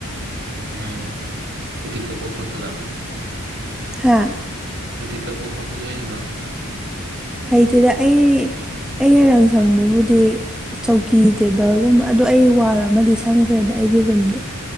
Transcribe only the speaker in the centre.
ꯍꯥꯥ
ꯍꯩꯇꯦꯗ ꯑꯩ ꯑꯩꯅ ꯔꯪ ꯁꯪꯕꯕꯨꯗꯤ
ꯑꯗꯩ ꯆꯧꯀꯤ ꯇꯦꯕꯜꯒꯨꯝꯕ ꯑꯗꯣ ꯑꯩ ꯋꯥꯜ ꯑꯃꯗꯤ ꯁꯪꯈ꯭ꯔꯦꯕ ꯑꯩꯒꯤ ꯔꯨꯝꯗꯣ